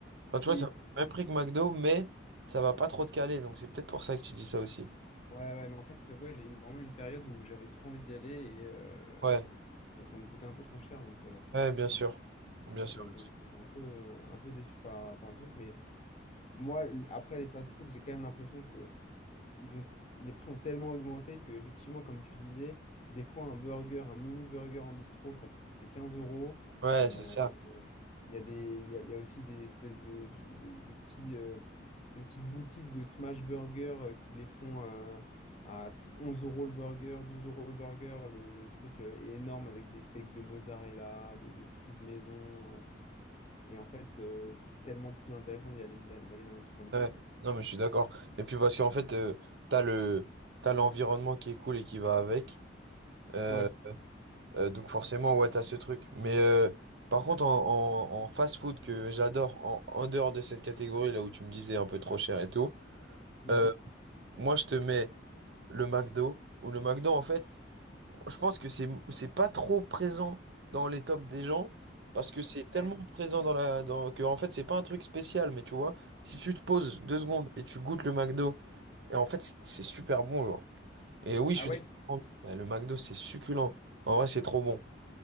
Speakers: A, on the right; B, on the left.
A: Enfin, tu
B: Oui,
A: vois, c'est le même prix que McDo, mais ça va pas trop te caler. Donc c'est peut-être pour ça que tu dis ça aussi.
B: ouais, ouais, mais en fait, Subway, j'ai eu vraiment une période où j'avais trop envie d'y aller et, euh,
A: Ouais,
B: et ça, ça me coûtait un peu trop cher, donc... euh,
A: ouais, bien sûr. Bien
B: Donc,
A: sûr,
B: euh,
A: bien
B: donc
A: sûr.
B: j'étais un peu, euh, un peu déçu par, par le truc. Mais moi, l- après les fast-food, j'ai quand même l'impression que ils ont, les prix ont tellement augmenté que, effectivement, comme tu disais, des fois, un burger, un menu burger en bistrot, ça peut coûter 15 euros.
A: Ouais,
B: Euh,
A: c'est ça.
B: Il y a des, il y a, il y a aussi des espèces de, de, de petits, euh, de petites boutiques de smash burger euh, qui les font euh, à 11 euros le burger, 12 euros le burger. Le, le truc euh, est énorme avec des steaks de mozzarella, des, des frites maison. Et en fait, euh, c'est tellement plus intéressant d'y aller, d'a- d'aller dans des trucs comme ça.
A: Ouais, non mais je suis d'accord. Et puis parce qu'en fait, euh, t'as le t'as l'environnement qui est cool et qui va avec. Euh,
B: Ouais.
A: euh, donc forcément, ouais, t'as ce truc. Mais euh, par contre, en, en, en fast-food que j'adore, en, en dehors de cette catégorie là où tu me disais un peu trop cher et tout,
B: Mhm.
A: euh, moi je te mets le McDo ou le McDo en fait. Je pense que c'est c'est pas trop présent dans les tops des gens parce que c'est tellement
B: Ouais.
A: présent dans la dans que en fait c'est pas un truc spécial mais tu vois si tu te poses deux secondes et tu goûtes le McDo et en fait c'est c'est super bon genre et oui
B: Ah
A: je suis
B: ouais?
A: d'accord bah, le McDo c'est succulent en vrai c'est trop bon